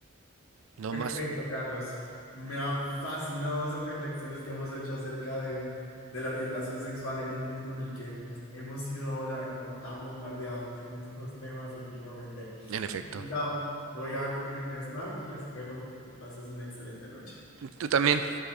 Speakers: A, on the right; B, on the left.
A: No
B: Perfecto,
A: más.
B: Carlos. Me han fascinado esas reflexiones que hemos hecho acerca de, de la orientación sexual en un mundo en el que es- hemos sido ahora como tan bombardeados con estos temas últimamente.
A: En efecto.
B: Ahorita voy a coger un snack y espero que pases una excelente noche.
A: Tú también,